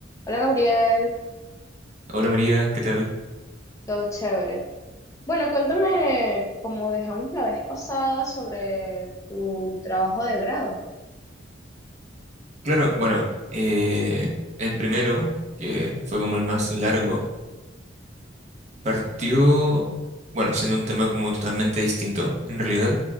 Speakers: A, on the left; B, on the right.
A: Hola Gabriel,
B: Hola María, ¿qué tal?
A: todo chévere. Bueno, cuéntame, como dejamos la vez pasada, sobre tu trabajo de grado.
B: Claro, bueno, eh, el primero, que fue como el más largo, partió, bueno, siendo un tema como totalmente distinto, en realidad,